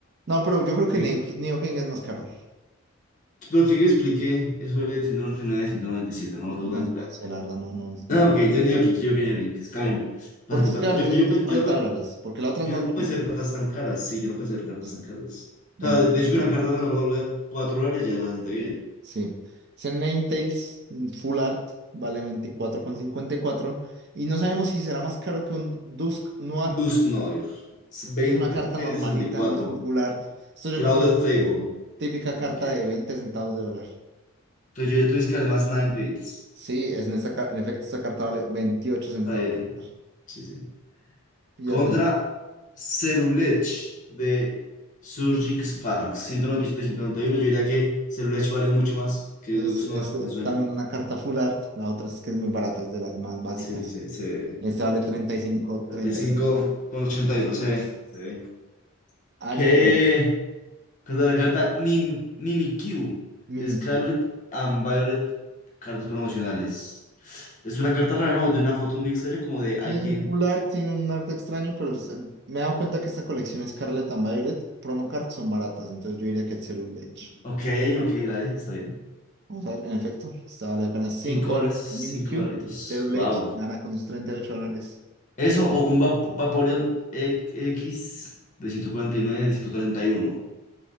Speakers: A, on the right; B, on the left.
A: No, pero yo creo que
B: sí.
A: Nidoking Nidoking es más caro.
B: Pero que yo expliqué, eso es ciento ciento noventa noventa y nueve ciento noventa y siete no lo tengo
A: No,
B: tan
A: no
B: claro.
A: sé, la verdad, no, no, no.
B: Ah, ok, entonces Nido King, yo creo que Nido King, es camino. Bastante
A: Porque es
B: plata.
A: que vale
B: Yo,
A: 340
B: yo, yo, yo
A: dólares, porque la otra
B: Yo
A: es más
B: no
A: bonita.
B: pensé ver cartas tan caras. Sí, yo no pensé ver cartas
A: No sé,
B: tan caras.
A: veinticuatro
B: O sea, de, de hecho,
A: con
B: que una
A: cincuenta
B: carta
A: y cuatro,
B: de no valga 4 dólares ya es bastante bien.
A: Sí. Ese Ninetales mm, Full Art vale veinticuatro con cincuenta y cuatro y no sabemos si será más caro que un Dusk Noir,
B: Dust Noir.
A: que es una
B: 20.64.
A: carta normalita, no es un Full Art. Esto
B: Shrouded
A: yo creo que es
B: Fable.
A: típica carta
B: Ok.
A: de 20 centavos de dólar.
B: Entonces yo ya tuve que además Ninetales.
A: Sí, es en, esta ca- en efecto esta carta vale veintiocho centavos
B: Está bien.
A: de dólar.
B: Sí, sí.
A: Fíjate,
B: Contra Cerulege de Surgic Spark. ciento noventa y siete, ciento noventa y uno Yo diría que Cerulege vale mucho más que
A: es,
B: Dux
A: es,
B: Noir.
A: es
B: Me suena.
A: también una carta Full Art, la otra es que es muy barata, es de las más básicas.
B: Sí, sí, sí. Se ve.
A: Y esta vale treinta treinta y cinco
B: treinta
A: treinta
B: y cinco
A: y seis
B: con ochenta y uno Se ve. Se ve.
A: Ayayay,
B: ¿Qué? Carta de la carta Mim Mimikyu
A: Mimikyu.
B: de Scarlet and Violet, cartas promocionales. Es una carta rara, ¿no? De una foto muy extraña como de alguien.
A: y es un full art, tiene un arte extraño, pero es- me he dado cuenta que esta colección Scarlet and Violet promo cards son baratas, entonces yo diría que el Cerulege.
B: Ok, ok, dale, está bien.
A: Vamos a ver, en efecto, está vale apenas cinco
B: Cinco dólares,
A: dólares el Mimikyu,
B: cinco dolaritos.
A: y el Cerulege
B: Wow.
A: gana con sus 38 dólares.
B: Eso o un Vap- Vaporeon E- X de 149, de ciento treinta y uno